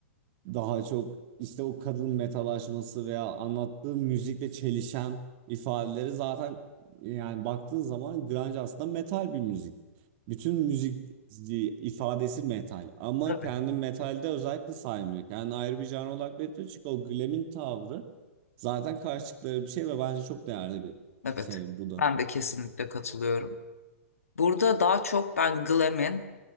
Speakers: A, on the right; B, on the left.
A: daha çok işte o kadın metalaşması veya anlattığı müzikle çelişen ifadeleri zaten yani baktığın zaman grunge aslında metal bir müzik. Bütün müzik ifadesi metal ama
B: Tabii.
A: kendi metalde özellikle saymıyor. Kendi ayrı bir janr olarak belirtiyor çünkü o glam'in tavrı zaten karşı çıktıkları bir şey ve bence çok değerli bir
B: Evet.
A: şey bu da.
B: Ben de kesinlikle katılıyorum. Burada daha çok ben glam'in